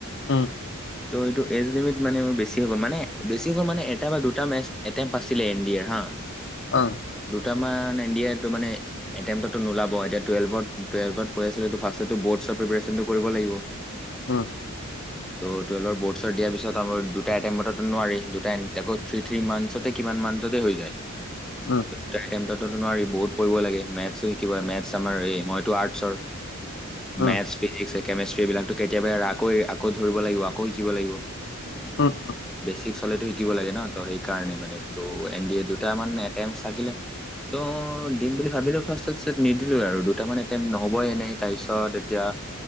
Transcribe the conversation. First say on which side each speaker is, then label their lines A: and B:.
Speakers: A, on the left; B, in the centre.
A: উম।
B: ত' এইটো এজ লিমিট মানে মোৰ বেছিয়ে গ'ল মানে বেছি হৈ হ'ল মানে এটা বা দুটা মেচ। এটেম্প আছিলে এন ডি এৰ হা।
A: অ
B: দুটামান এন ডি এৰ টো মানে এটেমটো নোলাব এতিয়া টুৱেল্ভত টুৱেলভতঢ ফাৰ্ষ্ট বৰ্টছৰ পিপেৰচন কৰিব লাগিব।
A: উ
B: ত' টুৱেলভ বৰ্ডছ দিয়াৰ পিছত আ দুটা এটেম্পটো নোৱাৰি দুটা থ্ৰী থ্ৰী মান্থ। আাছতে কিমান মানটোতে হৈ যায়।
A: উম
B: <unintelligible> নোৱাৰি বহুত পঢ়িব লাগে মেথছো শিকিব মেথছ আমাৰ এই মইতো আৰ্টছৰ।
A: উম
B: মেথছ ফিজিক্। কেমেষ্ট্ৰ্ৰী বিলাকো কেতিয়াবা আকৌ আকৌ ধৰিব লাগিব আকৌ শিকিব লাগিব।
A: উ উ
B: ফিক্চ হলেতো শিকিব লাগে ন ত সেইটো। সেই কাৰণে মানে ত' এন ডি এ দুটামান এটেনচ চাগিলে ত' দিম বুলি ভাবিলোঁ ফাৰ্ষ্টতত নিদিলোঁ আৰু দুটামান এটেম নহ'বই এনেই তাৰপিছত এতিয়া